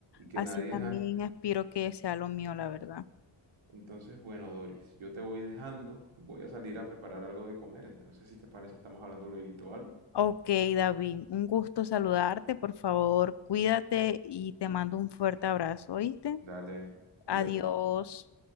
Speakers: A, on the right; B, on the left.
A: que
B: Así
A: nadie
B: también
A: ajá,
B: aspiro que sea lo mío, la verdad.
A: Entonces, bueno, Doris, yo te voy dejando, voy a salir a preparar algo de comer, entonces si te parece estamos hablando luego, ¿vale?
B: Ok, David, un gusto saludarte. Por favor, cuídate y te mando un fuerte abrazo, ¿oíste?
A: Dale, cuídate.
B: Adiós.